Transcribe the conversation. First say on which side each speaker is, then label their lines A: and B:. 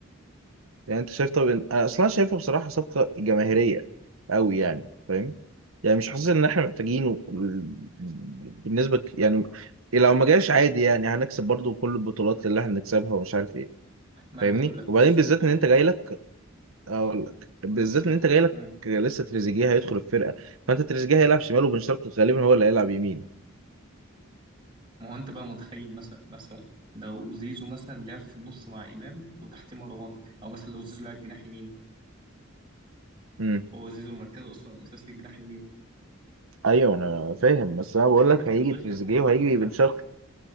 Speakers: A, on the right (about 90°); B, on the right (about 25°).
A: يعني انت شايف طب إن- انا اصلا شايفه بصراحه صفقه جماهيريه قوي يعني فاهم يعني مش حاسس ان احنا محتاجينه ال- بالنسبه ك- يعني لو ما جاش عادي يعني هنكسب برضو كل البطولات اللي احنا بنكسبها ومش عارف ايه
B: ما
A: فاهمني
B: أنا هقول لك
A: وبعدين
B: بص
A: بالذات
B: هو
A: ان انت جاي لك اقول لك بالذات
B: بص
A: ان
B: هو
A: انت جاي لك
B: مم.
A: لسه تريزيجيه هيدخل الفرقه فانت تريزيجيه هيلعب شمال وبن شرقي غالبا هو اللي هيلعب يمين
B: ما هو أنت بقى متخيل مثلا مثلا لو زيزو مثلا لعب في النص مع إمام وتحتيه مروان أو مثلا لو زيزو لعب جناح يمين
A: امم
B: هو زيزو مركزه أصلا أساسي جناح يمين
A: ايوه انا فاهم بس انا
B: وكمان
A: بقول لك
B: ك...
A: هيجي
B: غير
A: تريزيجيه
B: ك... وكمان
A: وهيجي
B: وكمان
A: بن شرقي